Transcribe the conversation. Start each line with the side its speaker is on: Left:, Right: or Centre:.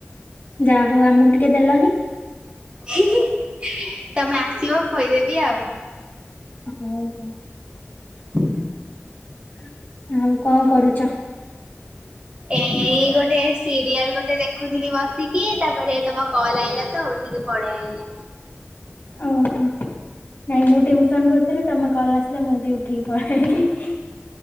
Left: ଯାହା ହଉ ଆମକୁ ଟିକେ ଦେଲନି?
Right: ହି ହୀ ତମେ ଆ ସିବ କ ଖୋଇଦେବି ଆଉ।
Left: ହଉ ହଉ।
Right: <inaudible>
Left: <unintelligible> କଣ କରୁଛ
Right: ଏଇ ଗୋଟେ ସିରିଏଲ୍ ଗୋଟେ ଟେ ଦେଖୁଥିଲି ବସ ବସିକି ତାପରେ ତମ କଲ ଆଇଲା ତ ଉଠିକି ପଳେଇ ଆଇଲି।
Left: ଓହୋ ନାଇଁ ମୁଁ ଟିଉସନ କରୁଥିଲି ତମେ କଲ ଆସିଲା ମୁଁ ବି ଉଠିକି ପଳିଆଇଲି ହିଁ ହିଁ